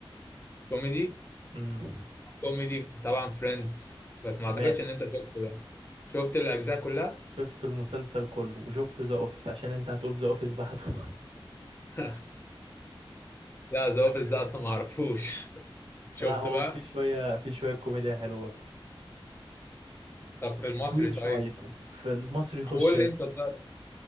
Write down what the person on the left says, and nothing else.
كوميدي
كوميدي طبعا فريندز بس
ما اعتقدش ان انت شفته ده شفت الاجزاء كلها
<laughs> لا ذا اوفيس ده اصلا ما اعرفوش <laughs> شفت
بقى
طب في المصري
طيب
قول
لي
انت طيب.